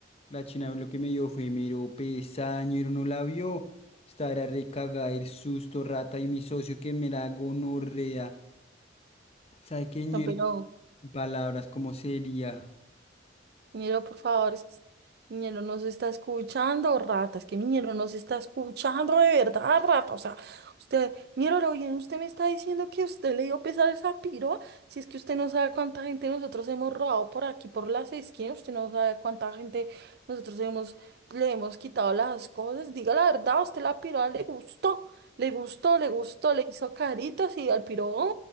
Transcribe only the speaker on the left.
la china lo que me dio fue mero pesada, ñero, no la vio? Estará recagada el susto, rata, y mi socio que me la gonorrea. ¿Sabe qué, ñero?
Palabras, ¿cómo sería?